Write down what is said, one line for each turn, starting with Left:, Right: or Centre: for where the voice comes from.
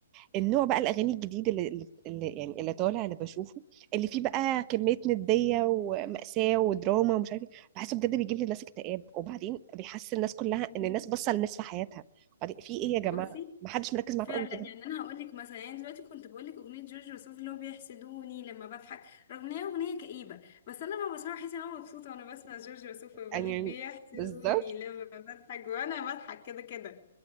Right: يعني النوع بقى الاغاني الجديد اللي, اللي اللي- يعني اللي طالع اللي بشوفه اللي فيه بقى كمية ندية ومأساة ودراما ومش عارف ايه بحسه بجد بيجيب للناس اكتئاب وبعدين بيحس الناس كلها
Left: مم.
Right: ان الناس باصة للناس في حياتها بعدين في ايه يا جماعة
Left: بصي
Right: ما حدش مركز معاكم
Left: فعلا
Right: قوي كده
Left: يعني انا هقول لك مثلا يعني دلوقتي كنت بقول لك اغنيه جورج وسوف اللي هو بيحسدوني لما بضحك رغم ان هي اغنيه كئيبه بس انا لما بسمعها بحس ان انا مبسوطه وانا بسمع جورج وسوف بيقول
Right: يعني
Left: لك بيحسدوني
Right: بالظبط
Left: لما بضحك وانا بضحك كده كده